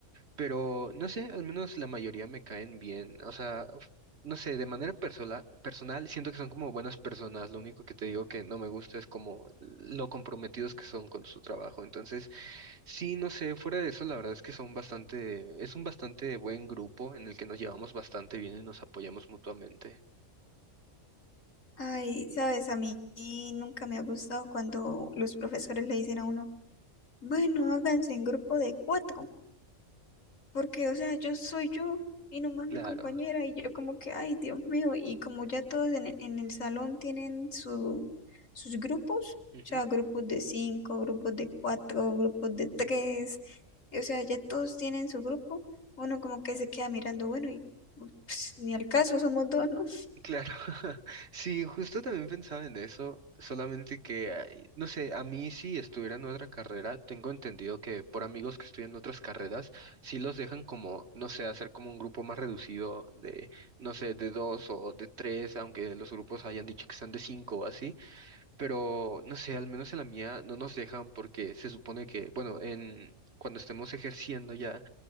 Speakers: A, on the right (about 55°); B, on the left (about 80°).
A: pero no sé, al menos la mayoría me caen bien. O sea, f- no sé, de manera personal, personal siento que son como buenas personas. Lo único que te digo que no me gusta es como lo comprometidos que son con su trabajo. Entonces, Sí, no sé, fuera de eso, la verdad es que son bastante, es un bastante buen grupo en el que nos llevamos bastante bien y nos apoyamos mutuamente.
B: Ay, sabes, a mí nunca me ha gustado cuando los profesores le dicen a uno, bueno, háganse en grupo de cuatro. Porque, o sea, yo soy yo y nomás
A: Claro.
B: mi compañera y yo como que, ay, Dios mío, y como ya todos en, el en el salón tienen su, sus grupos,
A: Ujú.
B: o sea, grupos de cinco, grupos de cuatro, grupos de tres, o sea, ya todos tienen su grupo, uno como que se queda mirando, bueno, y pues, ni al caso, somos dos, ¿no?
A: Claro. <laughs> Sí, justo también pensaba en eso, solamente que, ay, no sé, a mí si estuviera en otra carrera, tengo entendido que por amigos que estudian otras carreras, sí los dejan como, no sé, hacer como un grupo más reducido de, no sé, de dos o de tres, aunque los grupos hayan dicho que sean de cinco o así. pero no sé, al menos en la mía no nos dejan porque se supone que, bueno, en cuando estemos ejerciendo ya,